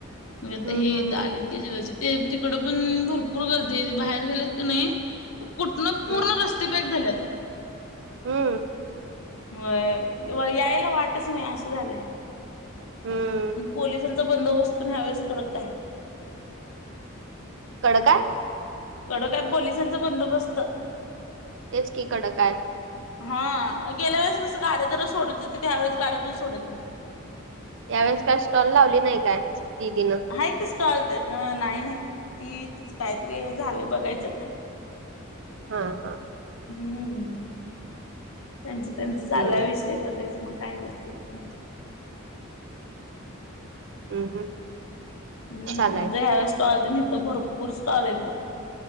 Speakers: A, on the left (about 75°); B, on the right (about 60°).
A: मी आता
B: हम्म
A: हे
B: हम्म
A: इथ आली जे ते तिकड पण भरपूर गर्दी बाहेर गेलेत क नाही कुठनं पूर्ण
B: हम्म
A: रस्ते पॅक झाल्यात.
B: हम्म
A: व्हय यायला वाटच नाही असं झालंय.
B: हम्म
A: पण पोलिसांचा बंदोबस्त पण ह्यावेळेस कडक काय.
B: कडं काय?
A: कडक हाय, पोलिसांचा बंदोबस्त.
B: तेच की कडक काय.
A: हा, गेल्या वेळेस कसं गाड्या जरा सोडत होते, ते त्यावेेळेस गाड्या पण सोडत नाही.
B: यावेेळेस काय स्टॉल लावली नाही काय दिदीनं?
A: आहे की स्टॉल ते, नाय नाय ती तिच काहीतरी झालय बघायचं आता. <inaudible>
B: हा हा
A: हम्म. त्यांचं त्यांचं चाललाय
B: हम्म
A: विष ते बरंयच, मग काय करत ते?
B: म हम्म
A: हम्म,
B: चालाय
A: त ह्यावेळीस स्टॉल तर हिथं भरपूर स्टॉल आहेत बघ.